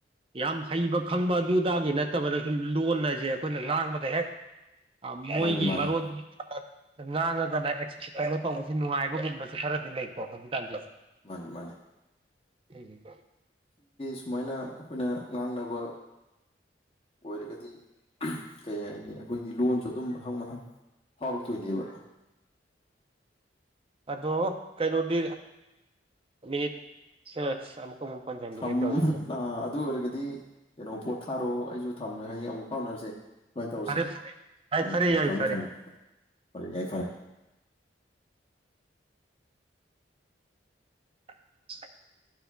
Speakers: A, on the right; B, on the left.
A: ꯌꯥꯝ ꯍꯩꯕ ꯈꯪꯕ ꯑꯗꯨꯗꯥꯒꯤ ꯅꯠꯇꯕꯗ ꯁꯨꯝ ꯂꯣꯟ ꯍꯥꯏꯁꯦ ꯑꯩꯈꯣꯏꯅ ꯉꯥꯡꯕꯗ ꯍꯦꯛ ꯑ ꯃꯣꯏꯒꯤ
B: ꯃꯥꯅꯦ ꯃꯥꯅꯦ
A: ꯃꯔꯣꯟꯗꯣ ꯉꯥꯡꯉꯒꯅ ꯀꯩꯅꯣ ꯇꯧꯕꯁꯦ ꯅꯨꯡꯉꯥꯏꯕꯒꯨꯝꯕꯁꯨ ꯈꯔꯗꯤ ꯂꯩꯀꯣ ꯍꯧꯖꯤꯛꯀꯥꯟꯁꯦ
B: ꯃꯥꯅꯤ ꯃꯥꯅꯤ
A: <unintelligible>
B: ꯁꯨꯃꯥꯏꯅ ꯑꯩꯈꯣꯏꯅ ꯉꯥꯡꯅꯕ ꯑꯣꯏꯔꯒꯗꯤ ꯑꯍꯝ ꯀꯩ ꯍꯥꯏꯅꯤ ꯑꯩꯈꯣꯏꯒꯤ ꯂꯣꯟꯁꯨ ꯑꯗꯨꯝ ꯃꯊꯪ ꯃꯊꯪ ꯐꯥꯎꯔꯛꯇꯣꯏꯅꯦꯕ
A: ꯑꯗꯣ ꯀꯩꯅꯣꯗꯤ ꯃꯤꯅꯤꯠ ꯁ ꯑꯃꯨꯛ ꯄꯟꯁꯤꯟꯈꯤꯕꯩ
B: ꯊꯝ
A: ꯇꯧꯔꯤꯁꯦ
B: ꯑꯥ ꯑꯗꯨ ꯑꯣꯏꯔꯒꯗꯤ ꯀꯩꯅꯣ ꯄꯣꯊꯥꯔꯣ ꯑꯩꯖꯨ ꯨ ꯊꯝꯔꯒꯦ ꯍꯌꯦꯡ ꯑꯃꯨꯛ ꯐꯥꯎꯅꯔꯁꯦ ꯁꯨꯃꯥꯏꯅ ꯇꯧꯔꯁꯦ
A: ꯐꯔꯦ ꯐꯔꯦ ꯌꯥꯏ
B: ꯎꯝ
A: ꯐꯔꯦ ꯌꯥꯏ
B: ꯊꯝꯃꯦ
A: ꯐꯔꯦ
B: ꯊꯝꯃꯦ ꯐꯔꯦ ꯌꯥꯏꯐꯔꯦ
A: <inaudible>